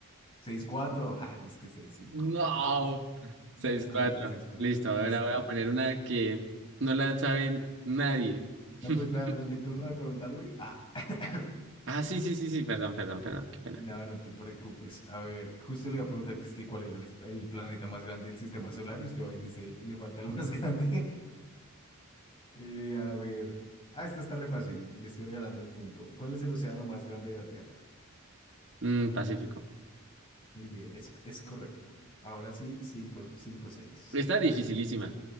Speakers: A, on the left; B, on the right.
A: seis cuatro Ah, es que seis cinco
B: No. Seis,
A: seis
B: cuatro.
A: cuatro seis cuatro
B: Listo,
A: Listo,
B: ahora voy
A: a
B: a
A: ver.
B: poner una que no la sabe nadie. <laughs>
A: No, pero espera, ¿no es mi turno de preguntarle? Ah. <coughs>
B: Ah, sí, sí, sí, sí, perdón, perdón, perdón, qué pena.
A: No, no te preocupes. A ver, justo le iba a preguntar que es que cuál era el, el planeta más grande del sistema solar y usted va y dice, le falta el más <laughs> grande. Eh, a ver. Ah, esta está re fácil. Le estoy regalando un punto. ¿Cuál es el océano más grande de la Tierra?
B: Mm, Pacífico.
A: Muy bien, es, es correcto. Ahora sí, 5 5 seis
B: Esta dificilísima.